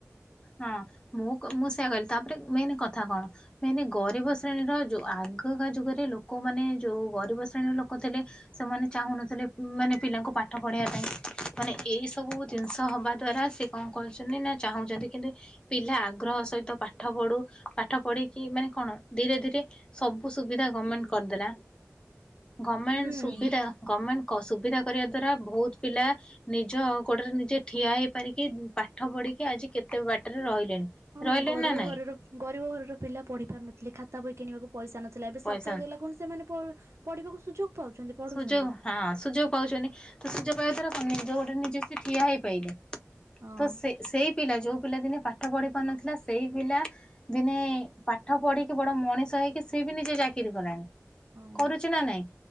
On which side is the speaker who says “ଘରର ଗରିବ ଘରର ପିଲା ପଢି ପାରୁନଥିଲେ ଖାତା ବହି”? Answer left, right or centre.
Right